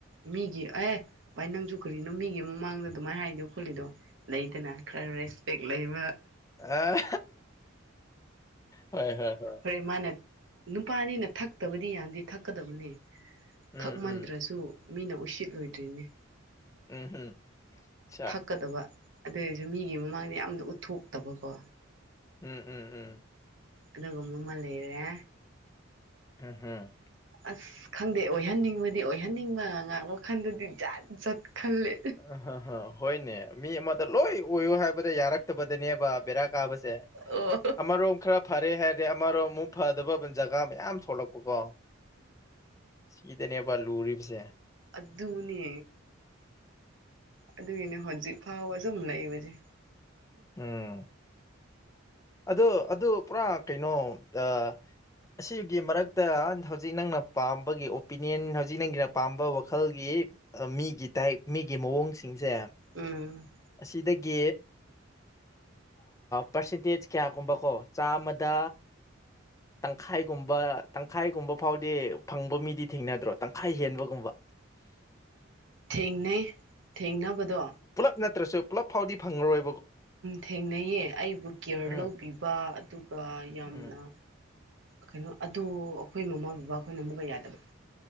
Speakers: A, on the right (about 65°); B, on the left (about 15°).
A: ꯃꯤꯒꯤ ꯑꯦ ꯚꯥꯏ ꯅꯪꯁꯨ ꯀꯔꯤꯅꯣ ꯃꯤꯒꯤ ꯃꯃꯥꯡꯗ ꯑꯗꯨꯃꯥꯏꯅ ꯍꯥꯏꯗꯣ ꯈꯣꯠꯂꯤꯗꯣ ꯂꯩꯗꯅ ꯈꯔ ꯔꯦꯁꯄꯦꯛ ꯂꯩꯕ
B: ꯑ ꯍꯣꯏ ꯍꯣꯏ ꯍꯣꯏ
A: ꯐꯦ ꯃꯥꯅ ꯅꯨꯄꯥ ꯑꯅꯤꯅ ꯊꯛꯇꯕꯗꯤ ꯌꯥꯗꯦ ꯊꯛꯀꯗꯕꯅꯦ
B: ꯎꯝ
A: ꯊꯛꯃꯟꯗ꯭ꯔꯁꯨ
B: ꯎꯝ
A: ꯃꯤꯅ ꯎꯁꯤꯠꯂꯣꯏꯗ꯭ꯔꯤꯅꯦ
B: ꯎꯝ ꯎꯝꯆꯥ
A: ꯊꯣꯛꯀꯗꯕ ꯑꯗꯨꯔꯁꯨ ꯃꯤꯒꯤ ꯃꯃꯥꯡꯗ ꯌꯥꯝꯅ ꯎꯠꯊꯣꯛꯇꯕꯀꯣ
B: ꯎꯝ ꯎꯝ ꯎꯝ
A: ꯑꯗꯨꯒꯨꯝꯕ ꯑꯃ ꯂꯩꯔꯦ
B: ꯎꯝ ꯍꯝ
A: ꯑꯁ ꯈꯪꯗꯦ ꯑꯣꯏꯍꯟꯅꯤꯡꯕꯗꯤ ꯑꯣꯏꯍꯟꯅꯤꯡꯕ ꯉꯥꯡ ꯃꯈꯜꯗꯗꯤ ꯖꯥꯠ ꯖꯠ ꯈꯜꯂꯦ
B: ꯑ ꯍꯥ ꯍꯥ ꯍꯣꯏꯅꯦ ꯃꯤ ꯑꯃꯗ ꯂꯣꯏ ꯑꯣꯏꯌꯨ ꯍꯥꯏꯕꯗ ꯌꯥꯔꯛꯇꯕꯗꯅꯦꯕ ꯕꯦꯔꯥ ꯀꯥꯕꯁꯦ
A: ꯑꯣ
B: ꯑꯃꯔꯣꯝ ꯈꯔ ꯐꯔꯦ ꯍꯥꯏꯔꯗꯤ ꯑꯃꯔꯣꯝ ꯑꯃꯨꯛ ꯐꯗꯕ ꯖꯒꯥ ꯃꯌꯥꯝ ꯊꯣꯛꯂꯛꯄꯀꯣ ꯁꯤꯗꯅꯦꯕ ꯂꯨꯔꯤꯕꯁꯦ
A: ꯑꯗꯨꯅꯦ ꯑꯗꯨꯒꯤꯅꯦ ꯍꯧꯖꯤꯛ ꯐꯥꯎꯕ ꯁꯨꯝ ꯂꯩꯕꯁꯦ
B: ꯎꯝ ꯑꯗꯨ ꯑꯗꯨ ꯄꯨꯔꯥ ꯀꯩꯅꯣ ꯑ ꯑꯁꯤꯒꯤ ꯃꯔꯛꯇ ꯍꯧꯖꯤꯛ ꯅꯪꯅ ꯄꯥꯝꯕꯒꯤ ꯑꯣꯄꯤꯅꯤꯌꯟ ꯍꯧꯖꯤꯛ ꯅꯪꯒꯤꯅ ꯄꯥꯝꯕ ꯋꯥꯈꯜꯒꯤ ꯃꯤꯒꯤ ꯇꯥꯏ ꯃꯤꯒꯤ ꯃꯑꯣꯡꯁꯤꯡꯁꯦ
A: ꯎꯝ
B: ꯑꯁꯤꯗꯒꯤ ꯄꯥꯔꯁꯦꯟꯇꯦꯖ ꯀꯌꯥꯒꯨꯝꯕꯀꯣ ꯆꯥꯝꯃꯗ ꯇꯪꯈꯥꯏꯒꯨꯝꯕ ꯇꯪꯈꯥꯏꯒꯨꯝꯕ ꯐꯥꯎꯗꯤ ꯐꯪꯕ ꯃꯤꯗꯤ ꯊꯦꯡꯅꯗ꯭ꯔꯣ ꯇꯪꯈꯥꯏ ꯍꯦꯟꯕꯒꯨꯝꯕ ꯎꯝ
A: ꯊꯦꯡꯅꯩ ꯊꯦꯡꯅꯕꯗꯣ
B: ꯄꯨꯂꯞ ꯅꯠꯇ꯭ꯔꯁꯨ ꯄꯨꯂꯞ ꯐꯥꯎꯗꯤ ꯐꯪꯉꯔꯣꯏ
A: ꯊꯦꯡꯅꯩꯌꯦ ꯑꯩꯕꯨ ꯀꯤꯌꯔ
B: ꯎꯝ
A: ꯂꯧꯕꯤꯕ ꯑꯗꯨꯒ ꯌꯥꯝꯅ
B: ꯎꯝ
A: ꯀꯩꯅꯣ ꯑꯗꯨ ꯑꯩꯈꯣꯏ ꯃꯃꯥ ꯕꯕꯥ ꯑꯩꯈꯣꯏꯅ ꯑꯃꯨꯛꯀ ꯌꯥꯗꯕ